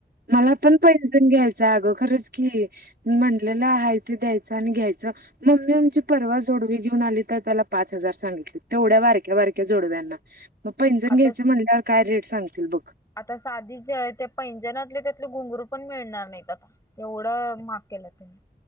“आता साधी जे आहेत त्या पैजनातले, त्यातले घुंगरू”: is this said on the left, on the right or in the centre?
Left